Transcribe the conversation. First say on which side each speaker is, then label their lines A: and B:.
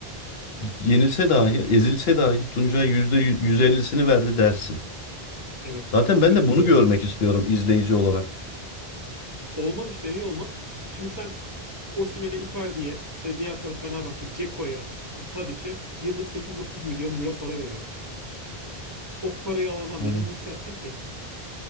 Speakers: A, on the left; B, on the right.
A: yenilse dahi, ezilse dahi Tuncay yüzde %150'sini verdi dersin.
B: Evet.
A: Zaten
B: Çok
A: ben
B: hırslı
A: de bunu
B: bir oyuncuydu.
A: görmek istiyorum izleyici olarak.
B: Olmaz işte. Niye olmaz? Şimdi sen Osimhen'e, Icardi'ye, işte diğer taraf Fenerbahçe, Dzeko'ya, e, Tadiç'e yıllık 8-9 milyon euro para veriyor. O parayı alan adam
A: Aynen.
B: neden hırs yapsın ki?